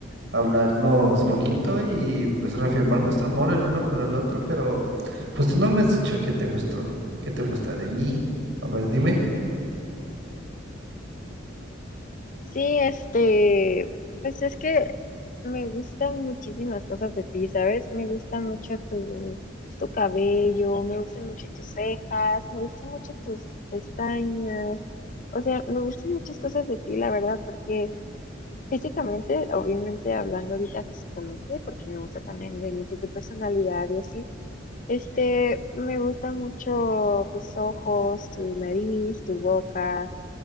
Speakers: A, on the right; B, on the left.
A: hablarnos bonito y pues reafirmar nuestro amor el uno por el otro, pero pues tú no me has dicho qué te gustó, qué te gusta de mí. A ver, dime.
B: Sí, este, pues es que me gustan muchísimas cosas de ti, ¿sabes? Me gusta mucho tu, tu cabello, me gustan mucho tus cejas, me gustan mucho tus pestañas, o sea, me gustan muchas cosas de ti, la verdad, porque físicamente, obviamente hablando ahorita físicamente, porque me gusta también obviamente tu personalidad y así, este, me gusta mucho tus ojos, tu nariz, tu boca.